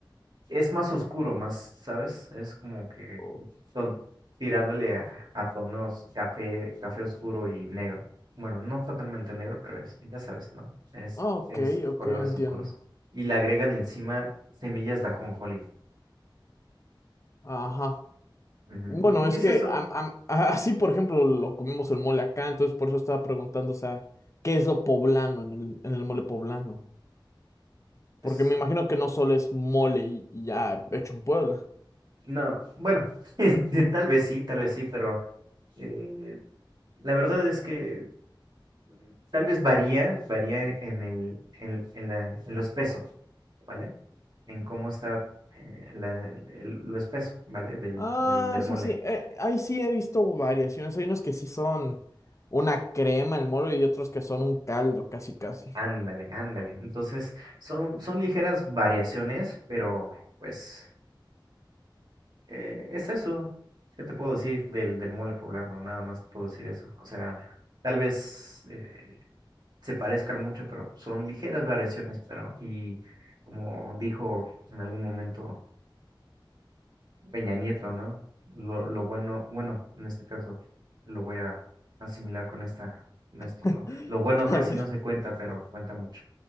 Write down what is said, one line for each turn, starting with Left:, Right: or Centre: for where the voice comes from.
Right: es más oscuro, más, ¿sabes? Es como que
Left: Ok,
Right: son tirándole a, a tonos café, café oscuro y negro. Bueno, no totalmente negro, pero es, ya sabes, ¿no? Es,
Left: ok,
Right: es
Left: ok,
Right: colores
Left: entiendo.
Right: oscuros. Y le agregan encima semillas de ajonjolí.
Left: Ajá.
Right: Ujú,
Left: Bueno,
Right: Y
Left: es
Right: es
Left: que
Right: eso.
Left: am- am- <laughs> así, por ejemplo, lo comemos el mole acá, entonces por eso estaba preguntando, o sea, ¿qué es lo poblano en el, en el mole poblano?
Right: Es,
Left: Porque me imagino que no solo es mole y, y ya hecho en Puebla.
Right: no, bueno, <laughs> tal vez sí, tal vez sí, pero eh, la verdad es que Mm, Tal vez varía, varía en el, en, en la, en los pesos, ¿vale? En cómo está eh, la- el- los pesos, ¿vale? Del,
Left: Ah,
Right: del, del
Left: sí,
Right: mole.
Left: sí, eh, ahí sí he visto variaciones, hay unos que sí son una crema el mole y otros que son un caldo, casi, casi.
Right: Ándale, ándale. Entonces, son, son ligeras variaciones, pero pues eh, es eso. ¿Qué te puedo decir del, del mole poblano? Nada más te puedo decir eso. O sea, tal vez eh, se parezcan mucho, pero son ligeras variaciones, pero y como dijo en algún momento Peña Nieto, ¿no? Lo, lo bueno, bueno, en este caso, lo voy a asimilar con esta, con esto,
Left: <laughs>
Right: ¿no? Lo bueno
Left: A
Right: casi
Left: ver.
Right: no se cuenta, pero cuenta mucho.